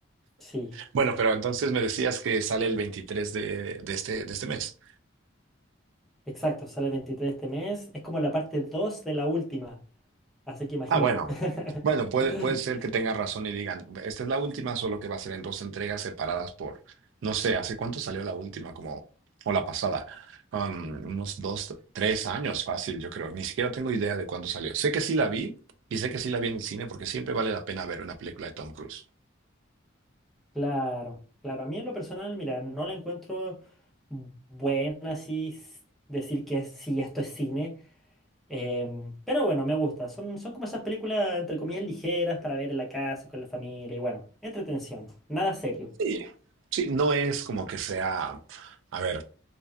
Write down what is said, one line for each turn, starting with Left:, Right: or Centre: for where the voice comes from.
Centre: Sí,
Right: Bueno, pero entonces me decías que sale el 23 de, de este, de este mes.
Centre: exacto. Sale el veintitrés de este mes. Es como la parte 2 de la última. Así que imagínate.
Right: Ah, bueno. Bueno, puede,
Centre: <laughs>
Right: puede ser que tenga razón y digan, esta es la última, solo que va a ser en dos entregas separadas por, no sé, ¿hace cuánto salió la última? Como, o la pasada. Um, unos dos, tres años fácil, yo creo. Ni siquiera tengo idea de cuándo salió. Sé que sí la vi y sé que sí la vi en el cine porque siempre vale la pena ver una película de Tom Cruise.
Centre: Claro, claro. A mí en lo personal, mira, no la encuentro buena así s- decir que sí, esto es cine. Em, pero bueno, me gusta. Son, son como esas películas, entre comillas, ligeras para ver en la casa, con la familia y bueno, entretención. Nada serio.
Right: Sí. Sí, no es como que sea, a ver.